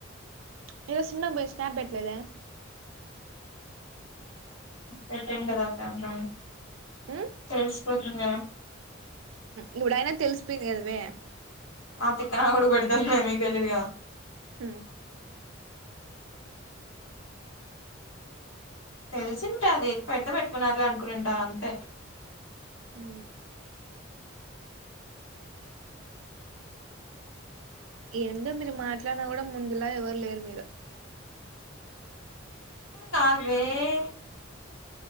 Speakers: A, on the right; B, on the left.
A: ఈరోజు సినిమాకి పొయి స్నాప్ పెట్లేదే
B: పెట్టేం కదా <unintelligible> ప్రంత
A: ఉమ్
B: తెలిసిపోతుంది కదా
A: ఇప్పుడయినా తెలిసిపోయింది కదమే
B: ఆ తిక్కనాకొడుకు పెడితే మీకు తెలియదు గదా
A: హ
B: తెలిసింటాది పెడితే పెట్టుకున్నర్లే అనుకునింటారు అంతే
A: అ ఏందో మీరు మాట్లాడినా కూడా ముందులా ఎవరు లేరు మీరు
B: కాాల ర <unintelligible>